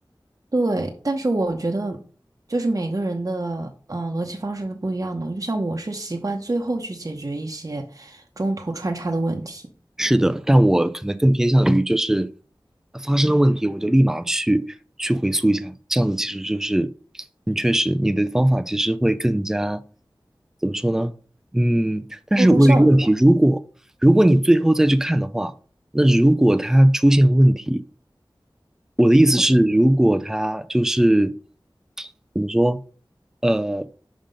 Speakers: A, on the right (about 45°); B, in the centre.
A: 对，但是我觉得就是每个人的嗯、呃逻辑方式是不一样的。就像我是习惯最后去解决一些中途穿插的问题，
B: 是的，但我可能更偏向于就是呃发生了问题，我就立马去去回溯一下，这样子其实就是你确实你的方法其实会更加怎么说呢？嗯，但是我有一个问题，
A: 注重效率吧。
B: 如果如果你最后再去看的话，那如果它出现问题，我的意思是，
A: 我就
B: 如果他就是怎么说，呃